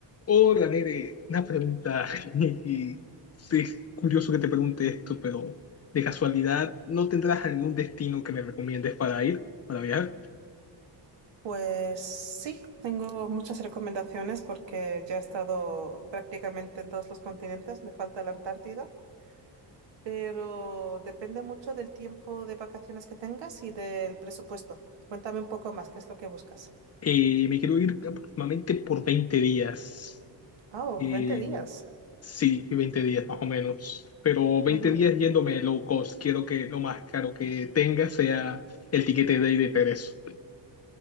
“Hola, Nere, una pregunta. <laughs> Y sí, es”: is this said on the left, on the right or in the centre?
Left